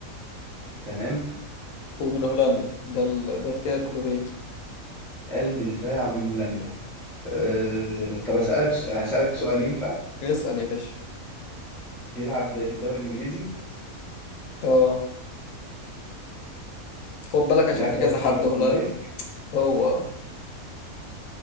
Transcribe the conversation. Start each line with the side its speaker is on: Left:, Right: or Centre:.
Centre: تمام
Left: ومن هولندا ده ال... ده كده كلوهيه
Centre: قلب دفاع من هولندا أه... طب اسالك اسالك سؤال ينفع
Left: اسأل يا باشا
Centre: بيلعب في الدوري الانجليزي
Left: اه خد بالك عشان
Centre: اللاعب
Left: في
Centre: ده
Left: كذا
Centre: فيرجيل
Left: حد
Centre: فان
Left: هولندي
Centre: دايك
Left: هو